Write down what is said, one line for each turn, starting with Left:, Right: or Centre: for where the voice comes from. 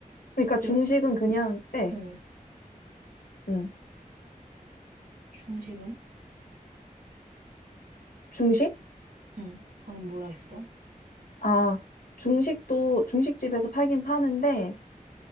Left: 그러니까
Right: 몇,
Left: 중식은 그냥 빼.
Right: 어,
Left: 응.
Right: 중식은?
Left: 중식?
Right: 응, 방금 뭐라 했어?
Left: 아, 중식도, 중식집에서 팔긴 파는데,